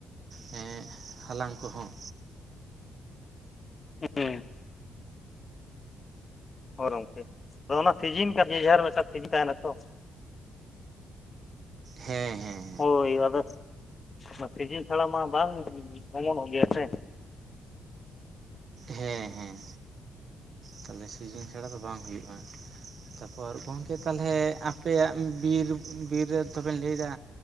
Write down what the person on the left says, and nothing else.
ᱦᱮᱸ ᱦᱳᱭ ᱜᱚᱝᱠᱮ, ᱟᱫᱚ ᱚᱱᱟ ᱥᱤᱡᱤᱱ ᱛᱟᱨ ᱡᱮᱡᱟᱨ ᱢᱩᱫᱴᱟᱝ ᱥᱤᱡᱤᱱ ᱛᱟᱦᱮᱸᱱᱟ ᱛᱚ
ᱦᱳᱭ ᱟᱫᱚ ᱚᱱᱟ ᱥᱤᱡᱤᱱ ᱪᱷᱟᱲᱟ ᱢᱟ ᱵᱟᱝ ᱚᱢᱚᱱᱚᱜ ᱜᱮᱭᱟ ᱥᱮ᱾